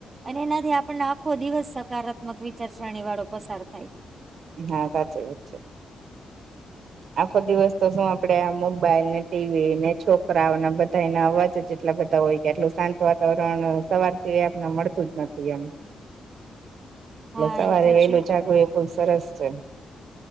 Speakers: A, on the right; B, on the right.
A: અને એનાથી આપણને આખો દિવસ સકારાત્મક વિચારસરણી વાળો પસાર થાય
B: હા સાચખ વાત છે. આખો દિવસ તો શું આપડે આ મોબાઈલ ને ટીવી ને છોકરાઓને બધા એને અવાજ જ. એટલા બધા હોય કે આટલું શાંત વાતાવરણ સવાર સિવાય આપને મળતું જ નથી એમ એટલે
A: હા
B: સવારે
A: એ તો
B: વહેલું
A: છે જ
B: જાગવુ એ ખુબ સરસ છે.